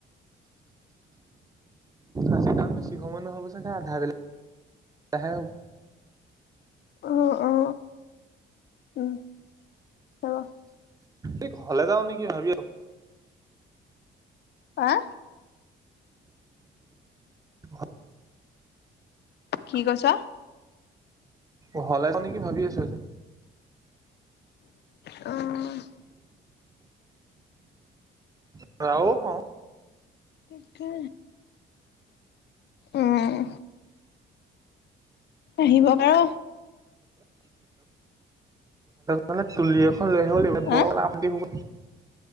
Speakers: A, on the right; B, on the left.
A: আজি কাম সময় হ'ব চাগে আধা বলা বেলা হে হ'ব।
B: অ', অ',। উম হ'ব
A: এই ঘলে যাওঁ নেকি ভাবি আছো।
B: হা?
A: হয়
B: কি কৈছ?
A: ঘৰলে যাওঁ নেকি কি ভাবি আছোঁ আজি
B: অ',।
A: <unintelligible>
B: কি কা? উম', আহিব বাৰ।
A: মানে তুলি এখন লৈ আহিব লাগিব,
B: হা
A: বৰ অশান্তি হ'ব।